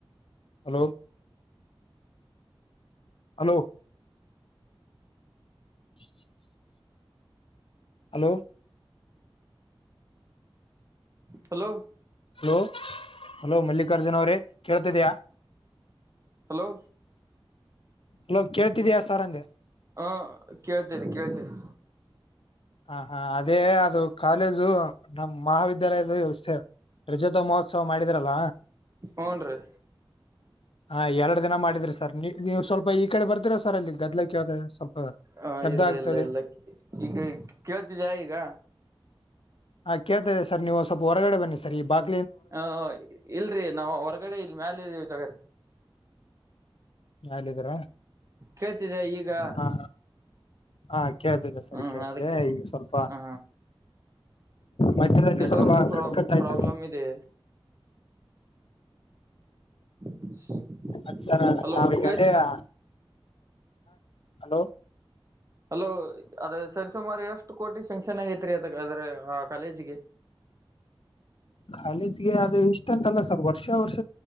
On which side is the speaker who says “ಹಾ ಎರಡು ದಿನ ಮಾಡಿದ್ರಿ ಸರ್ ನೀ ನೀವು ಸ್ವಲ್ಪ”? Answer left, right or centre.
Left